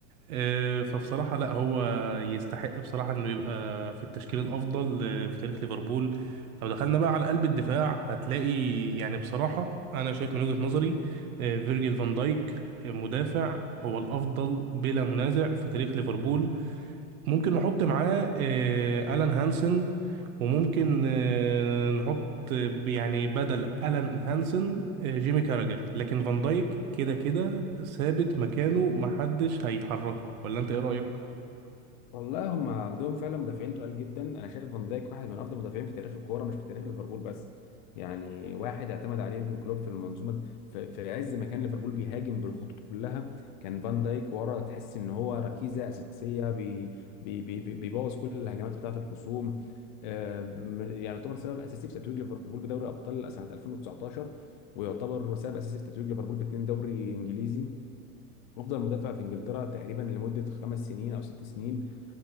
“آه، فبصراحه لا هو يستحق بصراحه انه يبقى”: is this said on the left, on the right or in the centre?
Right